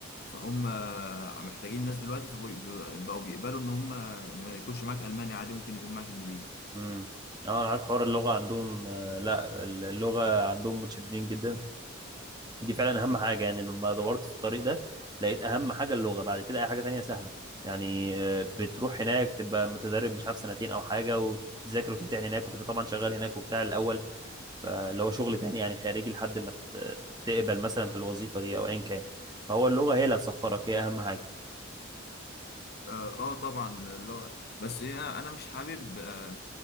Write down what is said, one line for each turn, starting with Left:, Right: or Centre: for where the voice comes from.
Left: فهم محتاجين ناس دلوقتي فبقوا بقوا بيقبلوا ان هم ما يكونش معاك الماني عادي ممكن يكون معاك انجليزي
Right: امم اه انا عارف حوار اللغه عندهم آه، لا اللغه عندهم متشددين جدا ودي فعلا اهم حاجه يعني لما دورت في الطريق ده لقيت اهم حاجه اللغه بعد كده اي حاجه تانية سهله يعني آه، بتروح هناك تبقى متدرب مش عارف سنتين او حاجه وتذاكر وتمتحن هناك وتبقى طبعا شغال هناك وبتاع الاول فاللي هو شغل تاني يعني خارجي لحد ما ت- تقبل مثلا في الوظيفه دي او ايا كان فهو اللغه هي اللي هتسفرك هي اهم حاجه
Left: اه آه طبعا اللغه بس هي انا مش حابب آه،